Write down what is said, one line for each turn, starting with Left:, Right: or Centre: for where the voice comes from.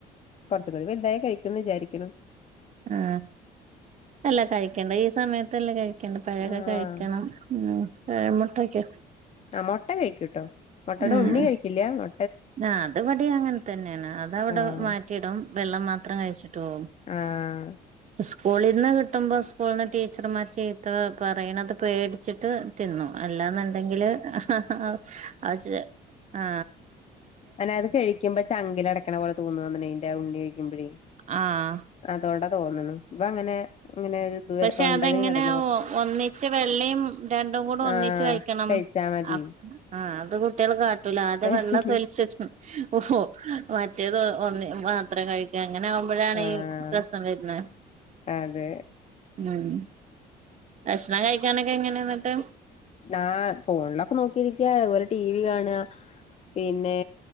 Left: കൊറചുകൂടി വല്തായ കഴിക്കുന്ന് വിചാരിക്കുന്നു
Right: ആഹാ അല്ല കഴിക്കണ്ട ഈ സമയത്ത്ല്ല കഴി കെണം. പഴക്കെ
Left: ആഹ്
Right: കഴിക്കണ ഉം പഴമുട്ടൊക്കെ
Left: ആഹാ മൊട്ട കഴിക്കൂട്ടോ മൊട്ടയുടെ
Right: ഉം
Left: ഉണ്ണി കഴിക്കില്ല മൊ
Right: ആഹ് അത് വിടിം അങ്ങൻതന്നെണ്. അത അവടെ
Left: ആഹ്
Right: മാറ്റിടും. വെള്ളം മാത്രം. കഴിച്ചിട്ട് പോവും.
Left: ആഹ
Right: സ്കൂളിൽന്ന് കിട്ടുമ്പോൾ സ്കൂള്ന്ന് ടീച്ചർമാര് ചീത്ത പറയണത് പേടിച്ചിട്ട് തിന്നും അല്ലാന്നുണ്ടെങ്കില് ആഹാ ആ ച് ആ
Left: അല്ല അത് കഴിക്കുമ്പോ ചങ്കില ടക്കണ പോലെ തോന്നന്ന് ഉണ്ണി കഴിക്കുമ്പഴേ
Right: ആഹ്
Left: അതോടെ തോന്നണ്. ഇബ അങ്ങനെ ഇങ്ങനെ ഒരു ഇത്
Right: പഷേ
Left: തൊണ്ടേല്
Right: അതെങ്ങനെവൊ
Left: ഇങ്ങനെ അടയണ പോലെ
Right: ഒന്നിച്ച് വെള്ളം രണ്ടു കൂടെ ഒന്നിച്ച്
Left: ആഹ്
Right: കഴിക്കണം
Left: കഴിച്ചാ മതി
Right: ആപ്പ് ആഹാ അത് കുട്ട്യോൾ കാട്ടൂല. ആദ്യം
Left: കഴിച്ചില്ല
Right: വെള്ള തൊലിച്ചി. ഓ മറ്റേത് ഓ ഒന്നി വ ത്രം കഴിക്ക. അങ്ങനെ ആവുമ്പോഴാണ്.
Left: ആഹ്
Right: ഈ പ്രശ്നം വരുന്നേ
Left: അതെ
Right: ഉം. കഷ്ണ കഴിക്കാനൊക്കെ. എങ്ങനെയന്നിട്ട്?
Left: ആഹാ ഫോണിലൊക്കെ നോക്കിരിക്ക അതുപോലെ ടി വി കാണാ പിന്നെ